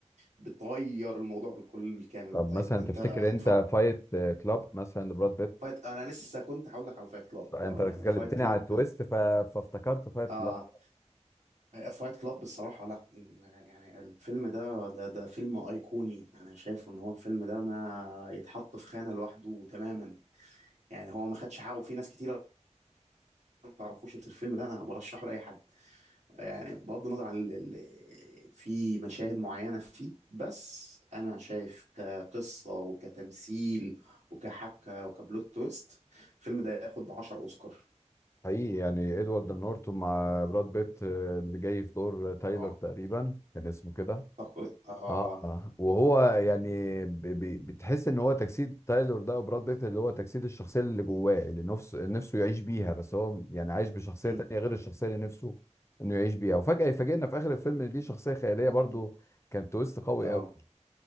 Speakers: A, on the right; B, on the left.
A: بتغير الموضوع بالكل بالكامل
B: طب
A: طيب
B: مثلا
A: انت
B: تفتكر
A: اتفرج
B: انت فايت كلاب مثلا لبراد بيت
A: فايت انا لسه كنت هقول لك على فايت كلاب
B: انت
A: اه
B: اتكلمتني
A: يعني فايت كلاب
B: على التويست
A: ده
B: ف... فافتكرت فايت
A: اه
B: كلاب
A: فايت كلاب بصراحه لا يعني الفيلم ده ده ده فيلم ايقوني انا شايفه ان هو الفيلم ده ما يتحط في خانه لوحده تماما يعني هو ما خدش حقه في ناس كتير ما تعرفوش الفيلم ده انا برشحه لاي حد يعني بغض النظر عن ال... ال- في مشاهد معينة فيه بس أنا شايف كقصة وكتمثيل وكحبكة وكبلوت تويست الفيلم ده ياخد 10 أوسكار
B: حقيقي يعني ادوارد نورتون مع براد بيت آه، اللي جاي في دور تايلر
A: اه
B: تقريبا كان اسمه كده
A: أعتقد- اه
B: اه آه. وهو يعني ب- ب- بتحس ان هو تجسيد تايلور ده وبراد بيت اللي هو تجسيد الشخصيه اللي جواه اللي نفسه نفسه يعيش بيها بس هو يعني عايش بشخصيه
A: م-
B: تانية غير الشخصيه اللي نفسه انه يعيش بيها وفجاه يفاجئنا في اخر الفيلم ان دي شخصيه خياليه برضو
A: م-
B: كان تويست قوي
A: اه
B: قوي